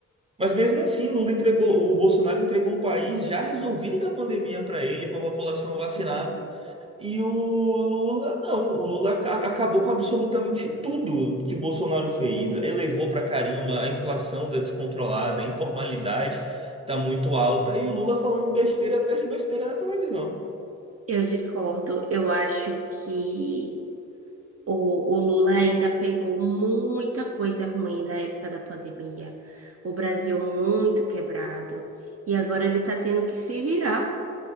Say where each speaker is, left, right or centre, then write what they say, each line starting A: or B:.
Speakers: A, on the right; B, on the right.
A: Mas mesmo assim, Lula entregou, o Bolsonaro entregou um país já resolvido da pandemia para ele, com a população vacinada.
B: Uhum.
A: E o Lula, não. O Lula aca- acabou com absolutamente tudo que Bolsonaro fez. Elevou pra caramba, a inflação tá descontrolada, a informalidade tá muito alta. E o Lula falando besteira atrás de besteira na televisão.
B: Eu discordo. Eu acho que o, o Lula ainda pegou muita coisa ruim da época da pandemia. O Brasil muito quebrado. E agora ele tá tendo que se virar.